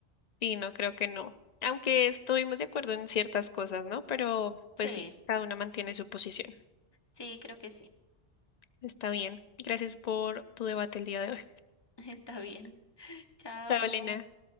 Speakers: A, on the left; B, on the left.
A: Y no creo que no. Aunque estuvimos de acuerdo en ciertas cosas, ¿no? Pero pues
B: Sí,
A: sí, cada una mantiene su posición.
B: sí, creo que sí.
A: Está bien. Gracias por tu debate el día de hoy.
B: <laughs> Está bien. Chao.
A: Chao, Elena.